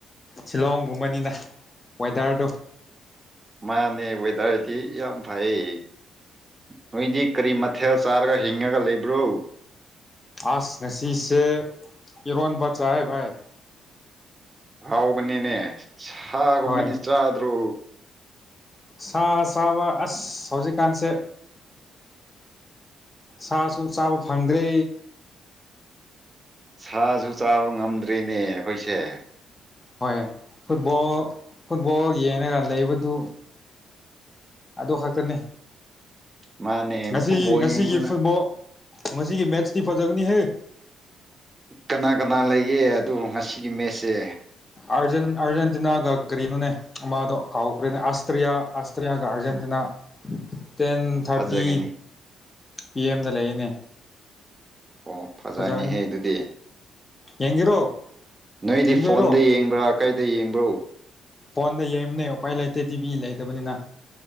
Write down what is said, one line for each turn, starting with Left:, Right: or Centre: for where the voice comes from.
Left: ꯁꯤꯂꯣꯡꯒꯨꯝꯕꯅꯤꯅ ꯋꯦꯗꯔꯗꯣ
Right: ꯃꯥꯅꯦ ꯋꯦꯠ ꯑꯗꯨꯔꯗꯤ ꯌꯥꯝ ꯐꯩꯌꯦ ꯅꯣꯏꯗꯤ ꯀꯔꯤꯃꯠ ꯊꯦꯜ ꯆꯥꯔꯒ ꯍꯤꯡꯉꯒ ꯂꯩꯕ꯭ꯔꯣ
Left: ꯑꯥꯁ ꯉꯁꯤꯁꯦ ꯏꯔꯣꯟꯕ ꯆꯥꯌꯦ ꯚꯥꯏ
Right: ꯍꯥꯎꯕꯅꯤꯅꯦ ꯁꯥꯒꯨꯝꯕꯗꯤ
Left: ꯍꯣꯏ
Right: ꯆꯥꯗ꯭ꯔꯣ
Left: ꯁꯥ ꯆꯥꯕ ꯑꯁ ꯍꯧꯖꯤꯛꯀꯥꯟꯁꯦ ꯁꯥꯁꯨ ꯆꯥꯕ ꯐꯪꯗ꯭ꯔꯦ
Right: ꯁꯥꯁꯨ ꯆꯥꯕ ꯉꯝꯗ꯭ꯔꯦꯅꯦ ꯑꯩꯈꯣꯏꯁꯦ
Left: ꯍꯣꯏ ꯐꯨꯠꯕꯣꯜ ꯐꯨꯠꯕꯣꯜ ꯌꯦꯡꯉꯒ ꯂꯩꯕꯗꯨ ꯑꯗꯨ ꯈꯛꯇꯅꯤ
Right: ꯃꯥꯅꯦ
Left: ꯉꯁꯤꯒꯤ
Right: ꯐꯨꯠꯕꯣꯜ
Left: ꯉꯁꯤꯒꯤ
Right: ꯌꯦꯡꯕꯅ
Left: ꯐꯨꯠꯕꯣꯜ ꯉꯁꯤꯒꯤ ꯃꯦꯠꯁꯇꯤ ꯐꯖꯒꯅꯤ ꯍꯦ
Right: ꯀꯅꯥ ꯀꯅꯥ ꯂꯩꯒꯦ ꯑꯗꯣ ꯉꯁꯤꯒꯤ ꯃꯦꯠꯁꯁꯦ
Left: ꯑꯥꯔꯖꯦꯟ ꯑꯥꯔꯖꯦꯟꯇꯤꯅꯥꯒ ꯀ꯭ꯔꯤꯅꯣꯅꯦ ꯑꯃꯥꯗꯣ ꯀꯥꯎꯈ꯭ꯔꯦꯅꯦ ꯑꯥꯁꯇ꯭ꯔꯤꯌꯥ ꯑꯥꯁꯇ꯭ꯔꯤꯌꯥꯒ ꯑꯥꯔꯖꯦꯟꯇꯤꯅꯥ ꯇꯦꯟ ꯊꯥꯔꯇꯤ
Right: ꯐꯖꯒꯅꯤ
Left: ꯄꯤꯑꯦꯝꯗ ꯂꯩꯌꯦꯅꯦ
Right: ꯑꯣ ꯐꯖꯩꯅꯦꯍꯦ
Left: ꯐꯖꯒꯅꯤ
Right: ꯑꯗꯨꯗꯤ
Left: ꯌꯦꯡꯒꯦꯔꯣ
Right: ꯅꯣꯏꯗꯤ
Left: ꯌꯦꯡꯗꯣꯏꯔꯣ
Right: ꯐꯣꯟꯗ ꯌꯦꯡꯕ꯭ꯔꯥ ꯀꯩꯗ ꯌꯦꯡꯕ꯭ꯔꯣ
Left: ꯐꯣꯟꯗ ꯌꯦꯡꯕꯅꯦ ꯎꯄꯥꯏ ꯂꯩꯇꯦ ꯇꯤꯚꯤ ꯂꯩꯇꯕꯅꯤꯅ